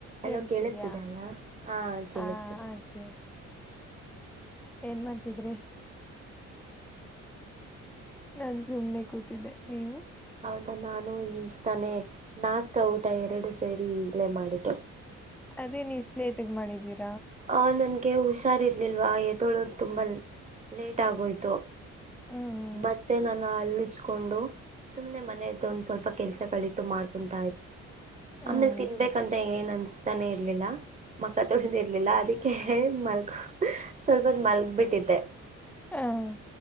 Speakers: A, in the centre; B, on the right.
A: ಕೇಳಿಸ್ತಿದ್ಯಾ
B: Hello ಕೇಳಿಸ್ತಿದೆ ಅಲ್ಲ ಹಾ ಕೇಳಿಸ್ತಿದೆ
A: ಆ ಓಕೆ ಏನ್ ಮಾಡ್ತಿದ್ರಿ ನನ್ ಸುಮ್ನೆ ಕೂತಿದ್ದೆ ನೀವು
B: ದ ನಾನು ಈ ತಾನೆ ನಾಷ್ಟ ಊಟ ಎರಡು ಸೇರಿ ಇಲ್ಲೇ ಮಾಡಿದ್ದು
A: ಅದೇ ನೀ ಸ್ಲೇಟ್ ಮಾಡಿದ್ದೀರಿ
B: ಹ ನನ್ಗೆ ಹುಷಾರಿ ಇಲ್ವ ಎ ತಳೋದು ತುಂಬ ಲೇಟ್ ಆಗೋಯ್ತು
A: ಹ್ಮ್
B: ಮತ್ತೆ ನನ್ನ ಅಲ್ಲಚ್ಕೊಂಡು ಸುಮ್ನೆ ಮನೆಯದ್ದ ಒಂದ್ ಸ್ವಲ್ಪ ಕೆಲ್ಸಗಳಿತ್ತು ಮಾಡ್ಕೊಂಡ
A: ಹ್ಮ್
B: ಆಮೇಲೆ ತಿನ್ಬೇಕಂತ ಏನ್ ಅನ್ತಾನೆ ಇರ್ಲಿಲ್ಲ ಮಕ್ಕ ತೊ ರ್ಲಿಲ್ಲ ಅದಕ್ಕೆ ಮಲ್ಕ ಸ್ವಲ್ಪದ ಮಲ್ಗ ಬಿಟ್ಟಿದ್ದೆ
A: ಹ್ಮ್